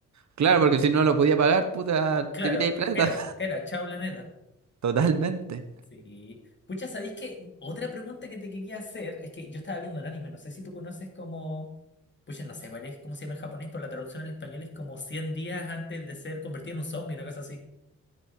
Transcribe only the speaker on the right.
claro, porque si no lo podía pagar, puta,
te pité el planeta.
<laughs> Totalmente.